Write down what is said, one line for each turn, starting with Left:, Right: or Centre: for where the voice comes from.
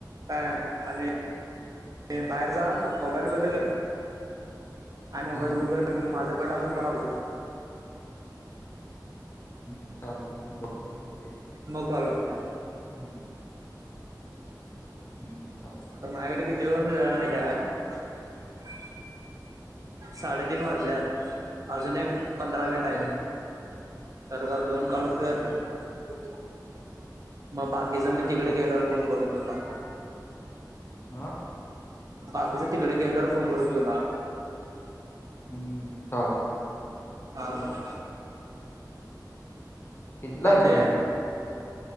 Right: काय हा आणि बाहेर जा, मोबाईल बंद कर. आणि मोबाईल
Left: हा
Right: उघड, माझा नंबर टाकून मला कॉल कर.
Left: हम्म. चालतंय की बघतो होतय कायं.
Right: नो कॉल लागतोय.
Left: हम्म हम्म. हम्म चाल
Right: आता माझ्याकड किती वरन <unintelligible> साडेतीन वाजल्यात. अजून एक पंधरा मिन टात
Left: हा
Right: बरोबर दोन कॉल होत्यात.
Left: आहेत का
Right: मग बाकीचा मी तिकडे
Left: चालते
Right: गेल्यावर फोन करतो तुला.
Left: हा.
Right: बाकीच तिकडं गेल्यावर फोन करतो तुला.
Left: हम्म चालतंय.
Right: हा हा.
Left: कितीला
Right: चालतंय
Left: यायच तुम्ही
Right: काय
Left: इथं.